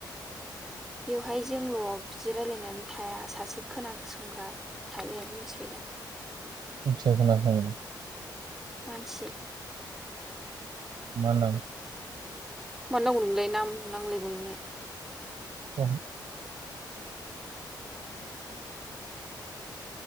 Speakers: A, in the centre; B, on the right.
A: बेवहाय जोंल' बिदि रायलायनानै थाया सासे खोनासंग्रा थायो मिथिबाय दा।
B: जोगोनार <inaudible>
A: मानसि
B: मा नाम?
A: मानो नांगौ नोंनोलाय नाम नांलायगौ नोंनो।
B: अहो।